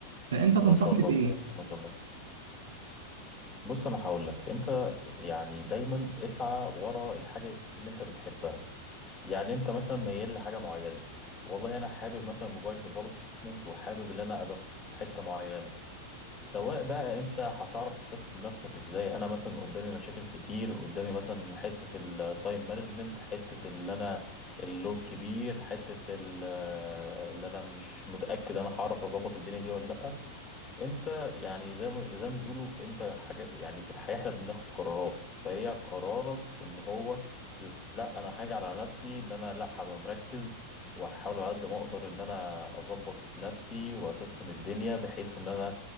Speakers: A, on the right; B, on the left.
A: فانت تنصحني
B: ما شاء الله
A: بايه؟
B: ما شاء الله بص انا هقول لك انت يعني دايما اسعى ورا الحاجه اللي انت بتحبها يعني انت مثلا ميال لحاجه معينه والله انا حابب مثلا موبايل ديفلوبمنت وحابب ان انا ابقى في حته معينه سواء بقى انت هتعرف تسيستم نفسك ازاي انا مثلا قدامي مشاكل كتير قدامي مثلا حتة التايم مانجمنت حتة اللي انا اللود كبير حتة ال- اللي انا مش متأكد انا هعرف اظبط الدنيا دي ولا لا انت يعني زي ما زي ما بيقولوا انت حاجة يعني في الحياة احنا بناخد قرارات فهي قرارك ان هو لا انا حاجة على نفسي ان انا لا هبقى مركز وهحاول على قد ما اقدر ان انا اظبط نفسي واسيستم الدنيا بحيث ان انا